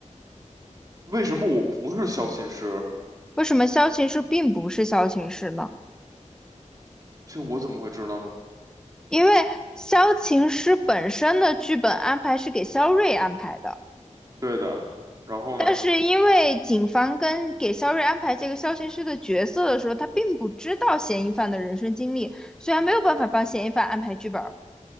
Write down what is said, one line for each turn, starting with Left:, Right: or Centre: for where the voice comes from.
Right: 为什么我不是小寝室？
Centre: 为什么萧琴师并不是萧琴师呢？
Right: 这我怎么会知道呢？
Centre: 因为萧琴师本身的剧本安排是给萧睿安排的，
Right: 对的，然后呢？
Centre: 但是因为警方跟给萧睿安排这个萧琴师的角色的时候，他并不知道嫌疑犯的人生经历，所以他没有办法帮嫌疑犯安排剧本